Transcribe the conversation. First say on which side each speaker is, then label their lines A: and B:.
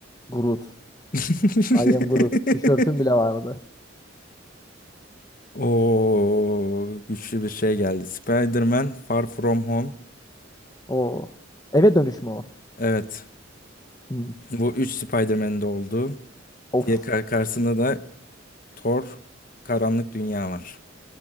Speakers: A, on the left (about 20°); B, on the left (about 45°).
A: Groot.
B: <laughs>
A: I am Groot. Tişörtüm bile vardı.
B: O güçlü bir şey geldi. Spider-Man Far From Home.
A: O. Eve dönüşme o.
B: Evet.
A: Hmm.
B: Bu 3 Spider-Man'de oldu.
A: Of.
B: Diye kar- karşısında da Thor Karanlık Dünya var.